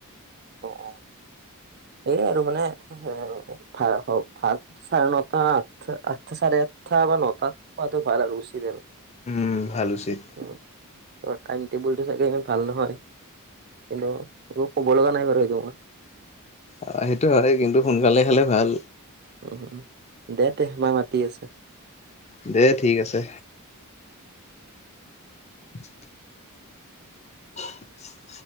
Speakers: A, on the right (about 45°); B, on the left (about 30°).
A: অহ অহ এই আৰু মানে ভ ভাত চাৰে নটা আঠ আঠ চাৰে আঠটা বা নতাত খোৱাটো ভাল আৰু উচিত আৰু
B: উম ভাল উচিত
A: উম, টাইম টেবুলটো চাগে ইমান ভাল নহয় কিন্তু একো ক'ব লগা নাই বাৰু সেইটো মই
B: অ সেইটো হয় কিন্তু সোনকালে খালে ভাল
A: উ দে দেহ মাই মাতি আছে
B: দে ঠিক আছে <unintelligible> <inaudible> <unintelligible> <inaudible>